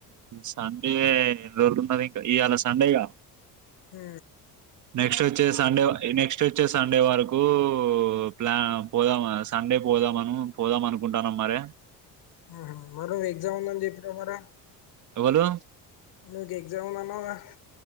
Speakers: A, on the right (about 50°); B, on the left (about 70°).
A: సండే ఎన్ని రోజులు ఉన్నది ఇంకా ఇవాళ సండేగా
B: హు
A: నెక్స్ట్ వచ్చే సండే నెక్స్ట్ నెక్స్ట్ వచ్చే సండే వరకు ప్లాన్ పోదాం సండే పోదామను పోదాం అనుకుంటానం మరే
B: ఆహ మరో ఎగ్జామ్ ఉందని చెప్పినావు మరే
A: ఎవ్వలు
B: నువ్వు ఎగ్జామ్ ఉంది అన్నవుగా